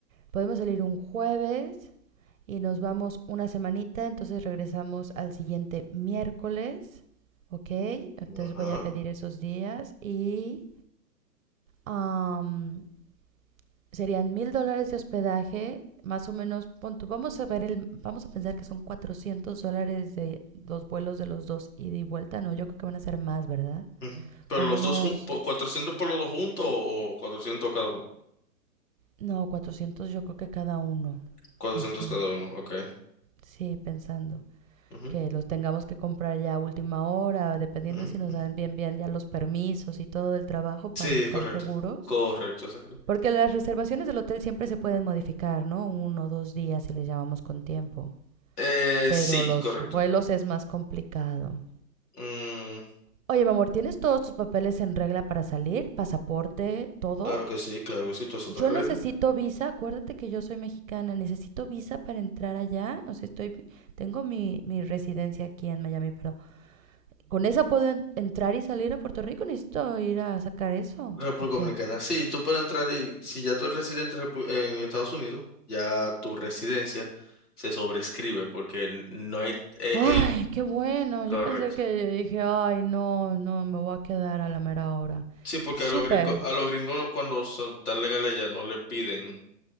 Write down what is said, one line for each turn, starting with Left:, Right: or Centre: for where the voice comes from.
Right: podemos salir un jueves y nos vamos una semanita, entonces regresamos al siguiente miércoles, ¿ok? Entonces
Left: Ajá.
Right: voy a pedir esos días y am, serían mil dólares de hospedaje, más o menos, pon vamos a ver el, vamos a pensar que son 400 dólares de los vuelos de los dos ida y vuelta, no, yo creo que van a ser más, ¿verdad?
Left: ujú. Pero
Right: Como
Left: los
Right: unos,
Left: dos, jun- po- 400 por los dos juntos o cuatrocientos cada uno.
Right: no, 400 yo creo que cada uno.
Left: Cuatrocientos
Right: Ujú.
Left: cada uno, ok.
Right: Sí, pensando.
Left: Ujú,
Right: que los tengamos que comprar ya a última hora, dependiendo
Left: ujú.
Right: si nos dan bien bien ya los permisos y todo el trabajo para
Left: Sí,
Right: estar
Left: es correcto.
Right: seguros.
Left: Correcto, exacto.
Right: Porque las reservaciones del hotel siempre se pueden modificar, ¿no? Uno o dos días si les llamamos con tiempo.
Left: Eh,
Right: Pero
Left: sí,
Right: los
Left: correcto.
Right: vuelos es más complicado.
Left: Mm,
Right: Oye, mi amor, ¿tienes todos tus papeles en regla para salir? ¿Pasaporte? ¿Todo?
Left: claro que sí, claro que sí, todo eso
Right: Yo
Left: está ready.
Right: necesito visa, acuérdate que yo soy mexicana, necesito visa para entrar allá, o sea, estoy, tengo mi, mi residencia aquí en Miami, pero ¿Con esa puedo en- entrar y salir a Puerto Rico? Necesito ir a sacar eso.
Left: República
Right: Ok.
Left: Dominicana. Sí, tú puedes entrar y si ya tú eres residente en repu- en Estados Unidos, ya tu residencia se sobrescribe porque n- no hay eh,
Right: Ay,
Left: el...
Right: qué bueno.
Left: Correcto.
Right: Yo pensé que dije, ay, no, no, me voy a quedar a la mera hora.
Left: Sí, porque
Right: Súper.
Left: a los gringos, a los gringos cuando son tan legales allá no le piden,